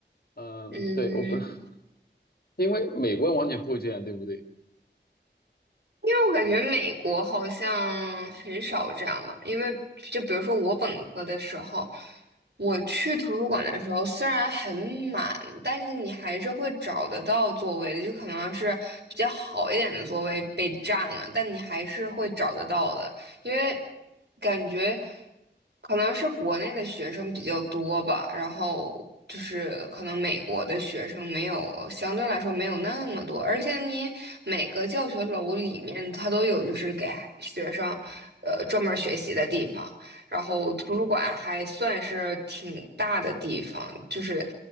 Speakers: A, on the left; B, on the right.
A: 嗯，
B: 嗯，
A: 对，我不知道，<laughs> 因为美国完全不会这样，对不对？
B: 因为我感觉美国好像很少这样吧，因为就比如说我本科的时候，我去图书馆的时候虽然很满，但是你还是会找得到座位的，就可能是比较好一点的座位被占了，但你还是会找得到的。因为感觉可能是国内的学生比较多吧，然后就是可能美国的学生没有，相对来说没有那么多，而且你每个教学楼里面它都有就是给学生呃专门学习的地方，然后图书馆还算是挺大的地方，就是